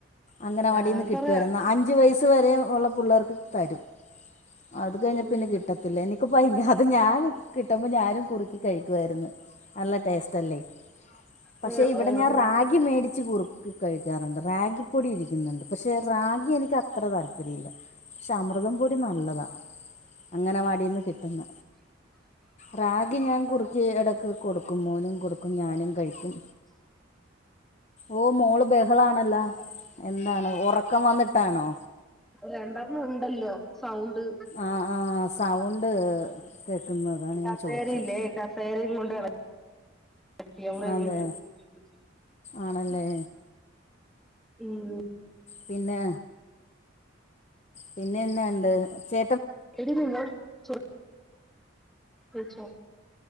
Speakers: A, on the left; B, in the centre.
A: അംഗനവാടീന്ന്
B: ആഹ്
A: കിട്ടൊല്ലൊ.
B: കൊറെ
A: അഞ്ചു വയസ് വരേ ഉള്ള പിള്ളേർക്ക് തരും. അത് കഴിഞ്ഞ
B: ഉം
A: പിന്നെ കിട്ടത്തില്ല. എനിക്ക് ഭയ അത് ഞാൻ കിട്ടുമ്പ ഞാനും കുറുക്കി കഴിക്ക്യുവായിരുന്നു. നല്ല ടേസ്റ്റ് അല്ലെ. പക്ഷെ
B: ഉം
A: ഇവടെ ഞാൻ റാഗി മേടിച്ച കുറുക്കി കഴിക്കാറ്ണ്ട്. റാഗി പൊടി ഇരിക്ക്ന്ന്ണ്ട്. പക്ഷെ റാഗി എനിക്കത്ര താല്പര്യല്ല. ക്ഷെ അമൃതം പൊടി നല്ലത. അങ്ങനവാടീന്ന് കിട്ട്ന്ന റാഗി ഞാൻ കുറ് <unintelligible> ഇടക്ക് കൊടുക്കും മോനും കൊടുക്കും ഞാനും കഴിക്കും ഓ മോള് ബഹളാണല്ലോ എന്താണ് ഉറക്കം വന്നിട്ടാണോ
B: രണ്ടെണ്ണം ഉണ്ടല്ലോ സൗണ്ട്
A: ആഹ് ആഹ് സൗണ്ട് കേൾക്കുന്ന് അതാണ്
B: കസേരയില്ലേ
A: ഞാൻ ചോദിച്ചത്
B: <unintelligible>
A: അതെ ആണല്ലേ
B: ഉം
A: പിന്നെ പിന്നെ എന്തുണ്ട് ചേ
B: <unintelligible> കഴിച്ചോ